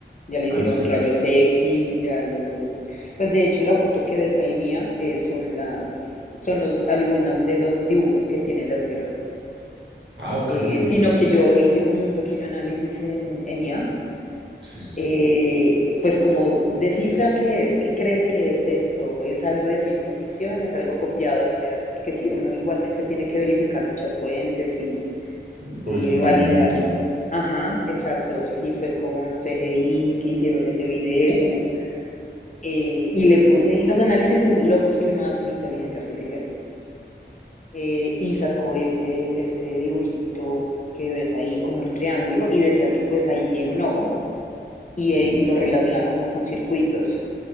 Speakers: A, on the left; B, on the right.
A: Ya le
B: Ah,
A: hicieron
B: ¿en serio?
A: rayos X, ya lo... Pues de hecho la foto que ves ahí mía eh, son las, son los, algunas de los dibujos que tiene la esfera.
B: Ah, ok,
A: Eh,
B: entonces,
A: sino que yo hice como un pequeño análisis en, en IA
B: sí, sí,
A: eh,
B: sí.
A: pues como descifra qué es, qué crees que es esto, es algo de ciencia ficción, es algo copiado, o sea, porque sí, uno igualmente tiene que verificar muchas fuentes y
B: Puede
A: eh,
B: ser una
A: validar.
B: edit, ¿no?
A: Ajá, exacto, si fue con CGI, que hicieron ese video. eh, y le puse ahí los análisis locos que uno hace en inteligencia artificial. Eh, y sacó este, este dibujito que ves ahí como un triángulo y decía que pues ahí tiene un ojo y,
B: Sí,
A: eh,
B: sí,
A: y
B: sí.
A: lo relaciona como con circuitos.